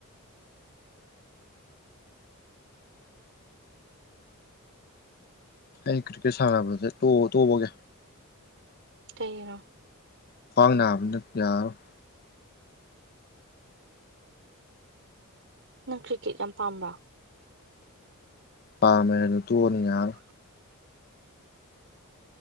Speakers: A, on the left; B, on the right.
A: ꯑꯩ ꯀ꯭ꯔꯤꯛꯀꯦꯠ ꯁꯥꯟꯅꯕꯁꯦ ꯇꯣꯛ ꯇꯣꯛꯑꯒꯦ
B: ꯀꯅꯣ
A: ꯈ꯭ꯋꯥꯡ ꯅꯥꯕꯅ ꯌꯥꯔꯣꯏ
B: ꯅꯪ ꯀ꯭ꯔꯤꯀꯦꯠ ꯌꯥꯝ ꯄꯥꯝꯕ꯭ꯔꯥ
A: ꯄꯃꯦ ꯑꯗꯨ ꯇꫭꯛꯑꯅꯤ ꯌꯥ